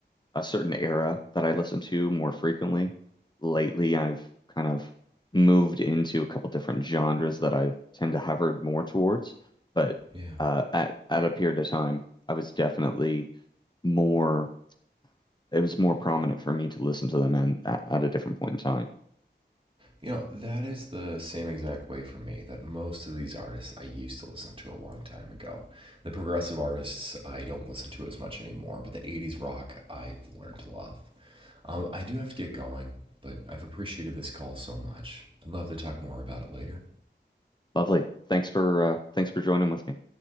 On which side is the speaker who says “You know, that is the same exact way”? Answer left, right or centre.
Right